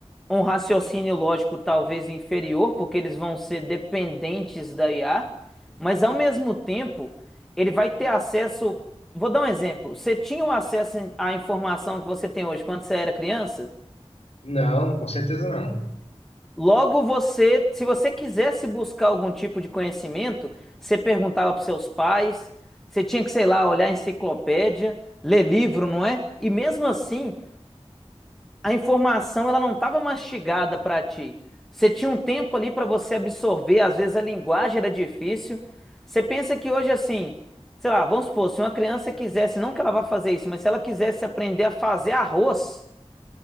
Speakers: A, in the centre; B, on the left (about 65°).
A: um raciocínio lógico talvez inferior, porque eles vão ser dependentes da IA, mas ao mesmo tempo, ele vai ter acesso. Vou dar um exemplo. Você tinha o acesso à informação que você tem hoje quando você era criança?
B: Não, com certeza não.
A: Logo você, se você quisesse buscar algum tipo de conhecimento, você perguntava para seus pais, você tinha que, sei lá, olhar enciclopédia, ler livro, não é? E mesmo assim, a informação ela não estava mastigada para ti. Você tinha um tempo ali para você absorver, às vezes a linguagem era difícil. Você pensa que hoje assim, sei lá, vamos supor, se uma criança quisesse, não que ela vá fazer isso, mas se ela quisesse aprender a fazer arroz,